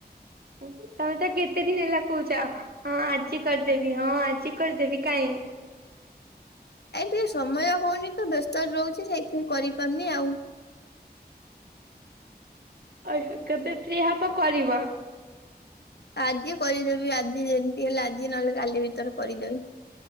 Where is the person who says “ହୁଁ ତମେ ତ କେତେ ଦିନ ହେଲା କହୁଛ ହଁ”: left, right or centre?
Right